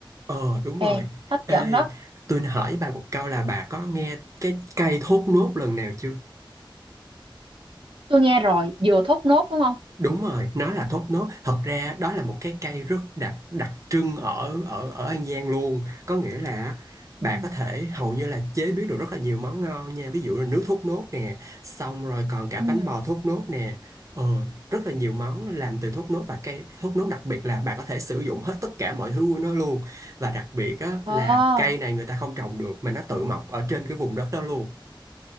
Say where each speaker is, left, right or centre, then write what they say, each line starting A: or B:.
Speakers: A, on the right; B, on the right.
A: Ờ đúng
B: Ê,
A: rồi.
B: hấp
A: Ê,
B: dẫn đó
A: tôi hỏi bà một câu là bà có nghe cái cây thốt nốt lần nào chưa?
B: tôi nghe rồi dừa thốt nốt đúng không
A: Đúng rồi, nó là thốt nốt. Thật ra đó là một cái cây rất đặc đặc trưng ở ở ở An Giang luôn. Có nghĩa là bà
B: Ừ.
A: có thể hầu như là chế biến được rất là nhiều món ngon nha. Ví dụ là nước thốt nốt nè, xong rồi còn cả
B: ừ
A: bánh bò thốt nốt nè. Ờ, rất là nhiều món làm từ thốt nốt và cây thốt nốt đặc biệt là bà có thể sử dụng hết tất cả mọi thứ của nó luôn. Và đặc biệt á,
B: ờ
A: là cây này người ta không trồng được mà nó tự mọc ở trên cái vùng đất đó luôn.